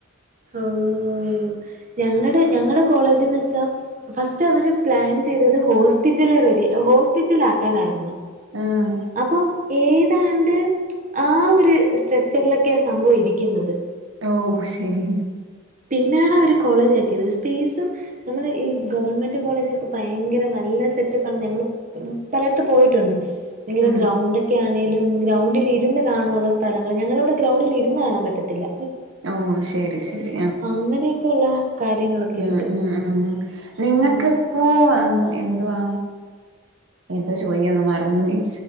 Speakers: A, on the right; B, on the right.
A: ഓഹ് ഞങ്ങടെ ഞങ്ങടെ കോളേജ്ന്ന് വെച്ചാ ഫസ്റ്റ് അവര് പ്ലാൻ ചെയ്തത് ഹോസ്പിറ്റല് റെഡി ഹോസ്പിറ്റലാക്കാനായിരുന്നു
B: ആഹ്
A: അപ്പൊ ഏ ഏതാണ്ട് ആ ഒരു സ്ട്രക്ചറിലൊക്കെയാ സംഭവം ഇരിക്കുന്നത്
B: ഓ ശെരി
A: പിന്നെയാണ് അവര് കോളേജ് ആക്കിയത് സ്പേസും നമ്മള് ഈ ഗവൺമെന്റ് കോളേജ് ഒക്കെ ഭയങ്കര നല്ല സെറ്റപ്പ് ആണ് ഞങ്ങൾ പലയിടത്തും പോയിട്ടുണ്ട് ഭയങ്കര
B: ആഹ്
A: ഗ്രൗണ്ട് ഒക്കെ ആണേലും ഗ്രൗണ്ടിൽ ഇരുന്ന് കാണാനുള്ള സ്ഥലങ്ങൾ ഞങ്ങളിവിടെ ഗ്രൗണ്ടിൽ ഇരുന്ന് കാണാൻ പറ്റത്തില്ല
B: ഓഹ് ശെരി ശെരി
A: അങ്ങനെയൊക്കെ ഉള്ള കാര്യങ്ങളൊക്കെയുണ്ട്
B: ഉം ഉം ഉം നിങ്ങക്കിപ്പോ
A: ഉം
B: ഉം എന്തുവാ എന്തോ ചോയിക്കാൻ വന്ന് മറന്ന് പോയി